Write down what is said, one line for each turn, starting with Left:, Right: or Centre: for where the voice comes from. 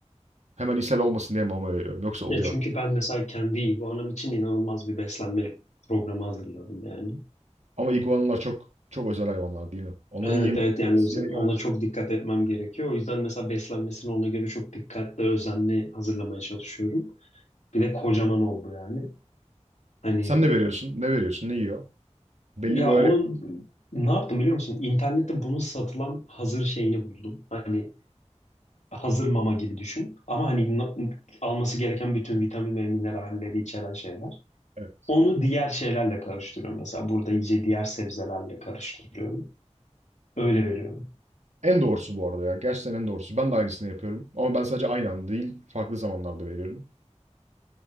Right: Hemen ishal olmasın diye mama veriyorum. Yoksa oluyor.
Left: Ya çünkü ben mesela kendi iguanam için inanılmaz bir beslenme programı hazırladım yani.
Right: Ama iguanalar çok çok özel hayvanlar değil mi? Onların
Left: Evet
Right: yeme-
Left: evet yani
Right: yemesi
Left: öz-
Right: gereken...
Left: ona çok dikkat etmem gerekiyor. O yüzden mesela beslenmesini ona göre çok dikkatli, özenli hazırlamaya çalışıyorum. Bir de kocaman oldu yani. Hani
Right: Sen ne veriyorsun? Ne veriyorsun? Ne yiyor? Belli
Left: Ya
Right: böyle...
Left: onun ne yaptım biliyor musun? İnternette bunun satılan hazır şeyini buldum. Hani hazır mama gibi düşün. Ama hani na- alması gereken bütün vitamin ve mineralleri içeren şeyler.
Right: Evet.
Left: Onu diğer şeylerle karıştırıyorum. Mesela burada iyice diğer sebzelerle karıştırıyorum. Öyle veriyorum.
Right: En doğrusu bu arada ya. Gerçekten en doğrusu. Ben de aynısını yapıyorum. Ama ben sadece aynı anda değil, farklı zamanlarda veriyorum.